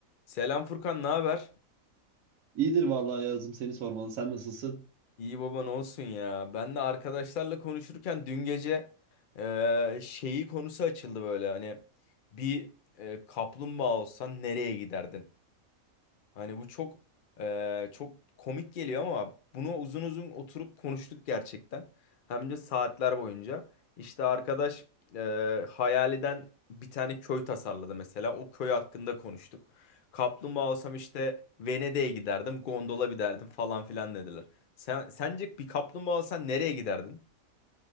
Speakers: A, on the left (about 60°); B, on the right (about 80°).
A: Selam Furkan, ne haber?
B: İyidir vallahi yazdım seni sormalı. Sen nasılsın?
A: İyi baban olsun ya. Ben de arkadaşlarla konuşurken dün gece e, şeyi konusu açıldı böyle. Hani bir e, kaplumbağa olsan nereye giderdin? Hani bu çok eee, çok komik geliyor ama bunu uzun uzun oturup konuştuk gerçekten. Hem de saatler boyunca. İşte arkadaş eee hayaliden bir tane köy tasarladı mesela. O köy hakkında konuştuk. Kaplumbağa olsam işte Venedik'e giderdim, gondola binerdim falan filan dediler. Sen, sence bir kaplumbağa olsan nereye giderdin?